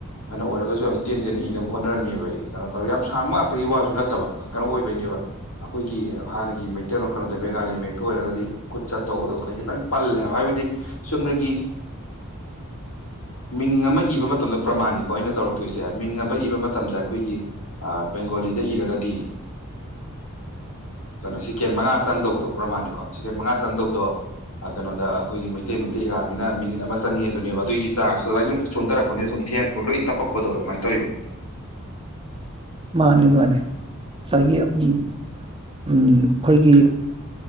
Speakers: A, on the left (about 85°); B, on the right (about 25°).
A: ꯐꯅ ꯑꯣꯏꯔꯒꯁꯨ ꯌꯥꯝ ꯇꯦꯟ ꯇꯦꯟꯅ ꯏꯅꯕ ꯍꯣꯠꯅꯔꯅꯦꯕ ꯑꯩ ꯀꯩꯅꯣ ꯇꯧꯔ ꯌꯥꯝ ꯁꯥꯡꯕ ꯉꯥꯛꯇꯒꯤ ꯋꯥꯁꯨ ꯅꯠꯇꯕ ꯀꯩꯅꯣ ꯑꯣꯏꯕꯩꯅꯦꯕ ꯑꯩꯈꯣꯏ ꯍꯥꯟꯅꯒꯤ ꯃꯩꯇꯩ ꯀꯩꯅꯣꯗ ꯕꯦꯡꯒꯥꯂꯤ ꯃꯩꯛꯇ ꯑꯣꯏꯔꯒꯗꯤ ꯈꯨꯠ ꯆꯠꯇꯧꯕꯗꯣ ꯈꯤꯇꯪ ꯄꯜꯂꯦꯕ ꯍꯥꯏꯕꯗꯤ ꯆꯨꯝꯅꯒꯤ ꯃꯤꯡ ꯑꯃ ꯏꯕ ꯃꯇꯝꯗ ꯄ꯭ꯔꯃꯥꯟꯅꯤꯀꯣ ꯑꯩꯅ ꯇꯧꯔꯛꯇꯣꯏꯁꯦ ꯃꯤꯡ ꯑꯃ ꯏꯕ ꯃꯇꯝꯗ ꯑꯩꯈꯣꯏꯒꯤ ꯕꯦꯡꯒꯣꯂꯤꯗ ꯏꯔꯒꯗꯤꯔ ꯁꯤꯀꯦꯟ ꯃꯉꯥ ꯆꯪꯗꯧꯗꯣ ꯄ꯭ꯔꯃꯥꯅꯤꯀꯣ ꯁꯤꯀꯦꯟ ꯃꯉꯥ ꯆꯪꯗꯧꯗꯣ ꯀꯩꯅꯣꯗ ꯑꯩꯈꯣꯏꯒꯤ ꯃꯩꯇꯩ ꯃꯩꯇꯩ ꯌꯥꯅꯤꯅ ꯃꯤꯅꯤꯠ ꯑꯃ ꯆꯪꯉꯦ ꯑꯗꯨꯅꯦꯕ ꯑꯗꯨꯒꯤ ꯆꯥꯡꯁꯇꯣ ꯑꯗꯨꯃꯥꯏ ꯁꯨꯝ ꯁꯣꯟꯊꯔꯛꯄꯅꯤꯅ ꯁꯨꯝ ꯊꯦꯡꯉꯛꯄ ꯂꯣꯏ ꯇꯞꯄꯛꯄꯗꯣ ꯑꯗꯨꯃꯥꯏꯅ ꯇꯧꯋꯤꯕ
B: ꯃꯥꯅꯦ ꯃꯥꯅꯦ ꯉꯁꯥꯏꯒꯤ ꯑꯩꯈꯣꯏꯒꯤ